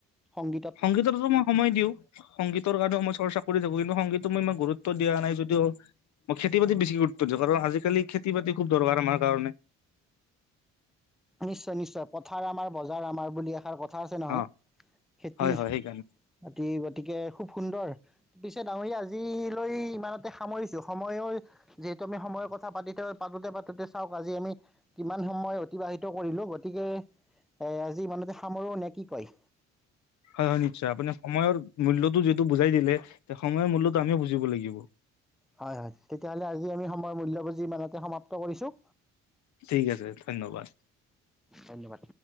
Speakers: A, in the centre; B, on the left.
A: সংগীতত
B: দুইটাটো মই সময় দিও। সংগীতৰ কাৰণেও মই চৰ্চা কৰি থাকো কিন্তু সংগীতটো মই ইমান গুৰুত্ব দিয়া নাই যদিও মই খেতি- বাতি বেছি গুৰুত্ব দিও কাৰণ আজিকালি খেতি- বাতি দৰকাৰ আমাৰ কাৰণে
A: নিশ্চয় -নিশ্চয় পথাৰ আমাৰ বজাৰ আমাৰ বুলি এষাৰ কথা আছে নহয়,
B: অ
A: খেতি-
B: হয় হয় সেইকাৰণে
A: বাতি গতিকে খুব সুন্দৰ পিছে ডাঙৰীয়া আজিলৈ ইমানতে সামৰিছো, সময়ৰ যিহেতু আমি সময়ৰ কথা পাতিতে পাতোতে পাতোতে চাওক আজি আমি কিমান সময় অতিবাহিত কৰিলো গতিকে, এ আজি ইমানতে সামৰোঁ নে কি কয়?
B: হয়, হয় নিশ্চয়। আপুনি সময়ৰ মূল্যতটো যিহেতু বুজাই দিলে, তে সময়ৰ মূল্যটো আমিও বুজিব লাগিব।
A: হয়, হয়। তেতিয়াহলে আজি আমি সময়ৰ মূল্য বুজি ইমানতে সমাপ্ত কৰিছো
B: ঠিক আছে, ধন্যবাদ।
A: ধন্যবাদ।